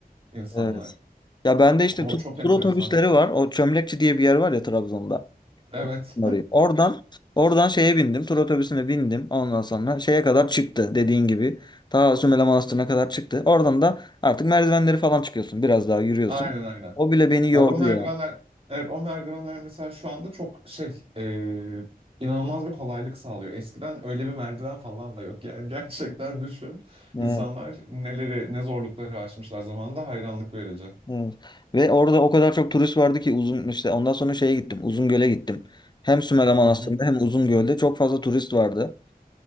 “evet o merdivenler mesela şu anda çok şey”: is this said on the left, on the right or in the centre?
Right